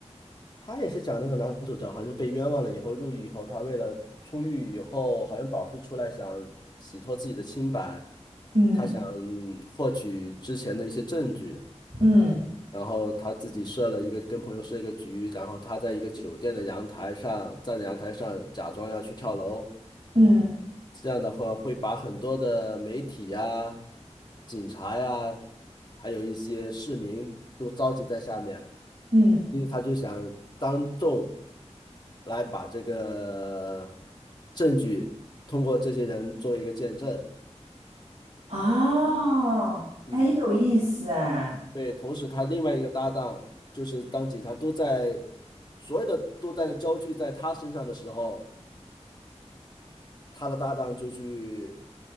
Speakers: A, on the left; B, on the right.
A: 他也是讲那个男主角好像是被冤枉了以后入狱以后，他为了出狱以后好像保释出来，想洗脱自己的清白，
B: 嗯
A: 他想获取之前的一些证据，
B: 嗯
A: 然后他自己设了一个跟朋友设一个局，然后他在一个酒店的阳台上站在阳台上假装要去跳楼，
B: 嗯
A: 这样的话会把很多的媒体呀、警察呀，还有一些市民都召集在下面。
B: 嗯，
A: 因为他就想当众来把这个证据通过这些人做一个见证。
B: 啊，很有意思哎，
A: 嗯，对。同时，他另外一个搭档就是当警察都在所有的都在焦聚在他身上的时候，他的搭档就去